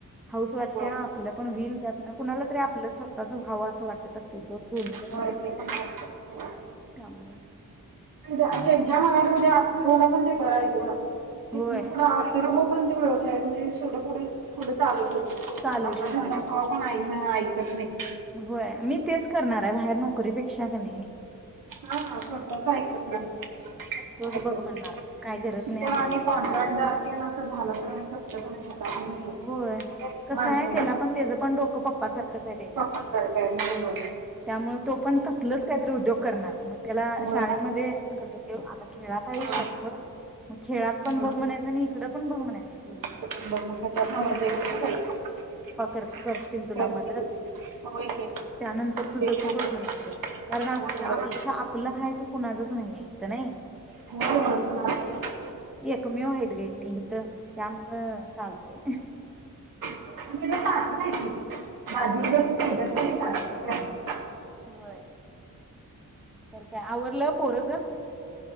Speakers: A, in the centre; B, on the right (about 75°).
A: हाऊस वाटत्या
B: होय
A: आपलं पण वईल त्यातन कुणाला तरी आपलं स्वतःच व्हावं असं वाटत असतय सोड दोन्हीकडनं
B: होय
A: पण
B: ते आहे सोड
A: त्यामुळ.
B: <unintelligible> <unintelligible> पण ते बरंय ग. तिथून
A: होय
B: पुढ <unintelligible> कोणते व्यवसाय म्हणजे <unintelligible> पुढे
A: चालवू
B: आपला
A: शकतोय होय.
B: <unintelligible> <unintelligible>
A: होय, मी तेच करणाराय बाहेर नो कढीपेक्षा क नही
B: स्वतःच ऐकत नाही
A: तोच
B: ऐकत
A: बघ म्हणणार
B: नाही
A: काय गरज
B: शिकून
A: नाही आपल्याला
B: आणि
A: एवढं
B: कॉन्ट्रॅक्टदार
A: हे करत बसायची
B: तेन असं झालं तर कसल भारी आता
A: होय कसं
B: माणस
A: आहे त्याला पण त्याचं पण डोकं पप्पा सारखंच आहे त्याच्या
B: सरकार नाही होय
A: त्यामुळे तो पण तसलच काहीतरी उद्योग करणार, मग त्याला
B: होय.
A: शाळेमध्ये कसं त्यो आता खेळात आहे
B: हा
A: हुशार, सोड मग खेळात पण
B: हम्म.
A: बघ म्हणायचं आणि इकडं पण बघ म्हणायचं तुझं.
B: <unintelligible>
A: करत कोर तिन तुला
B: करतील
A: मदत
B: होय की.
A: त्यानंतर
B: तेच
A: तुझ तु
B: ना
A: बग
B: तर.
A: म्हणायचं, कारण
B: होय
A: असल आपलं
B: होय.
A: सा आपलं हाय ते कुणाचच नाही आहे इथ नाही
B: होय होय सुनामीच होय.
A: एकमेव हाय ग मी इथ त्यामुळ चालतय
B: पण त्याच्या ताटात आहे की
A: <inaudible>
B: भाजी उद्या तू केल्यास कणी ताटात करण्याच्या.
A: होय तर काय आवरलं पोरग